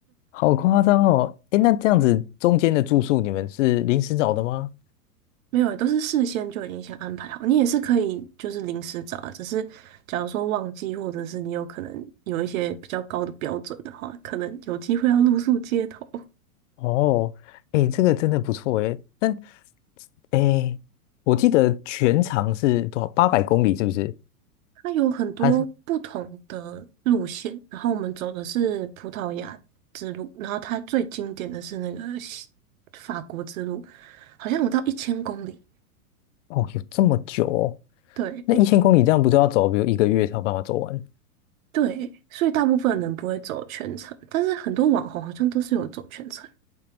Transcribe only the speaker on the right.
<laughs> 没有欸都是事先就已经先安排好。你也是可以就是临时找啊，只是假如说忘记，或者是你有可能有一些比较高的标准的话，可能有机会要露宿街头。
它有很多不同的路线，
然后我们走的是葡萄牙之路，然后它最经典的是那个西法国之路，好像有到一千公里。
对
对，所以大部分人不会走全程，但是很多网红好像都是有走全程，